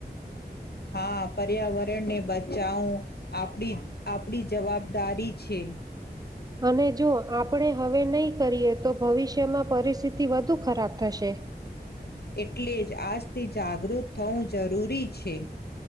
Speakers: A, on the left; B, on the right.
A: હા પર્યાવરણને બચાવું આપ આપડી જવાબદારી છે
B: અને જો આપણે હવે નહીં કરીએ તો ભવિષ્યમાં પરિસ્થિતિ વધુ ખરાબ થશે
A: એટલે જ આજથી જાગૃત થવું જરૂરી છે